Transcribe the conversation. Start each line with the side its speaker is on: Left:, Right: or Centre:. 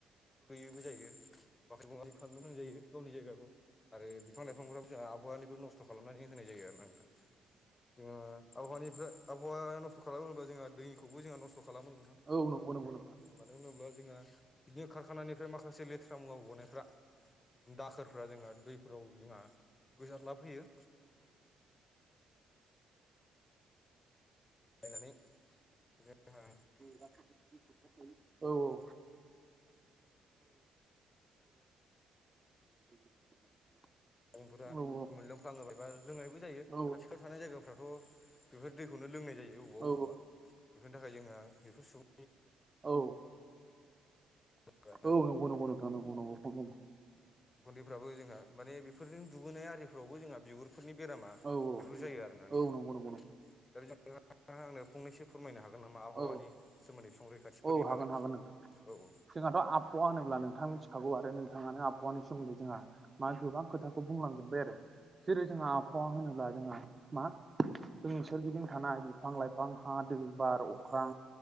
Left: होयोबो जायो बाख्रि बगा खाननो मोनां जायो गावनि जायगाखौ आरो बिफां-लाइफांफ्राबो जोंहा आबहावानिबो नस्थ खालामनानै होनाय जायो आरो ना नोंथां जोङो आबहावानिफ्राय आबहावाया नस्थ खालाम होनोबा जोंहा दैखौबो जोंहा नस्थ खालामो नोंथां
Right: औ नंगौ नंगौ नंगौ नोंथां
Left: मानो होनोब्ला जोंहा बिदिनो कारखानानिफ्राय माखासे लेथ्रा मुवा गनायफ्रा दाखोरफारा जोंहा दैफोराव जोंहा गोसार्ला फैयो नानै जोंहा
Right: <inaudible> औ औ <unintelligible>
Left: फोरा
Right: औ औ
Left: मोनलोंफ्लाङोबाय बा लोंनायबो जायो
Right: औ
Left: खाथि खाल थानाय जायगाफ्राथ' बेफोर दैखौनो लोंनाय जायोबेबा
Right: औ
Left: बबेवबा बेफोरनि थाखाय जोंहा बेफोर सुबुं
Right: औ
Left: सुबुंफोरा
Right: औ नंगौ नंगौ नोंथं नंगौखौनो बुंदों
Left: गुन्दैफ्राबो जोंहा माने बेफोरजों दुुबोनाय आरिफोरावबो जोंहा बिगुरफोरनि बेरामा
Right: औ
Left: बेफोर जायो आरोना नोंथां
Right: औ नंगौ नंगौ नोंथां
Left: दा बे आंनो फंनैसो फोरमायनो हागोन नामा आबहावानि
Right: औ
Left: सोमोन्दै संरैखाथि फोरनि
Right: औ हागोन
Left: बारै
Right: हागोन नोंथां
Left: औ औ
Right: जोंहाथ आबहावा होनोब्ला नोंथां थागौ आरो नोंथांङानो आबहावानि सोमोन्दै जोंहा मा गोबां खोथाखौ बुंलांजोबबाय आरो जेरै जोंहा आबहावा होनोब्ला जोंहा मा? जोंनि सोरगिदिं थानाय बिफां लाइफां हा दै बार अख्रां